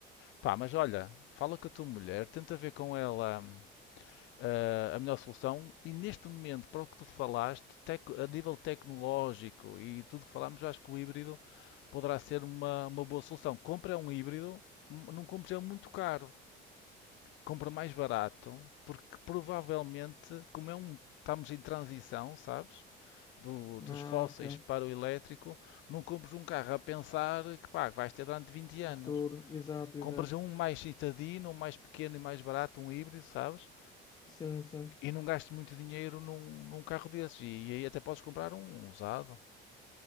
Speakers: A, on the left; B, on the left.
A: Pá, mas olha, fala com a tua mulher, tenta ver com ela. hum, eh, a melhor solução. E neste momento, para o que tu falaste, tec- a nível tecnológico e tudo que falámos, eu acho que o híbrido poderá ser uma, uma boa solução. Compra um híbrido, m- não compres ele muito caro. Compra mais barato, porque provavelmente, como é um, estamos em transição, sabes? Do-
B: Ah,
A: dos fósseis
B: ok.
A: para o elétrico, não compres um carro a pensar que pá, que vais ter durante 20 anos.
B: Futuro. Exato,
A: Compras
B: exato.
A: um mais citadino, um mais pequeno e mais barato, um híbrido, sabes?
B: Sim, sim,
A: E não gasto muito dinheiro num, num carro desses. E, e aí até podes comprar um um usado.